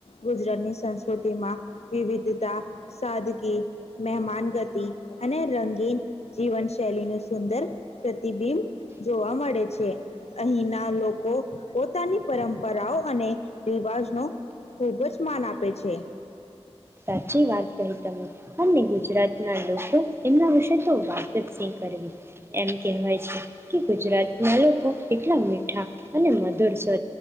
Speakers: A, on the left (about 85°); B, on the right (about 25°).
A: ગુજરાતની સંસ્કૃતિમાં વિવિધતા, સાદગી, મહેમાન ગતિ, અને રંગીન જીવનશૈલી ન સુંદર પ્રતિબિંબ જોવા મળે છે. અહીંના લોકો પોતાની પરંપરાઓ અને રિવાજ ન ખૂબ જ માન આપે છે.
B: સાચી વાત કહી તમે અને ગુજરાતના એ લોકો એમના વિશે તો વાતચ સી કરવી એમ કહેવાય છે કે ગુજરાત ના લોકો એટલા મીઠા અને મધુર સ્વ